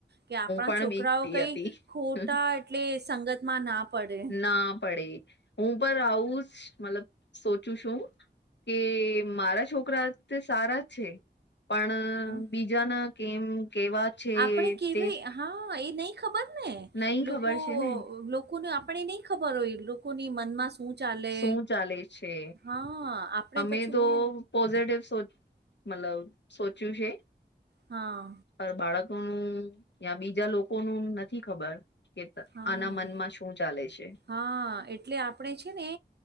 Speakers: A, on the right; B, on the left.
A: કે આપણા
B: પણ
A: છોકરાઓ
B: બીકતી
A: કઈ
B: હતી
A: ખોટા એટલે સંગત માં ના પડે.
B: ના પડે હું પણ આવું જ મતલબ સોચું શું કે મારા છોકરા તે સારા જ છે, પણ
A: હમ્મ,
B: બીજાના કેમ કેવા છે
A: આપણે કેવી
B: તે
A: હા, એ નહી ખબર ને
B: નહી
A: લોકો
B: ખબર છે ને
A: લોકો આપણે નહી ખબર હોય લોકોની મનમાં શું ચાલે
B: શું ચાલે છે
A: હા, આપણે
B: અમે
A: પછું
B: તો
A: બઉ
B: પોઝિટિવ સો મતલબ સોચ્યું છે,
A: હા,
B: પર બાળકોનું યા બીજા લોકોનું નથી ખબર કે
A: હા.
B: આના મનમાં શું ચાલે છે,
A: હા, એટલે આપણે છે ને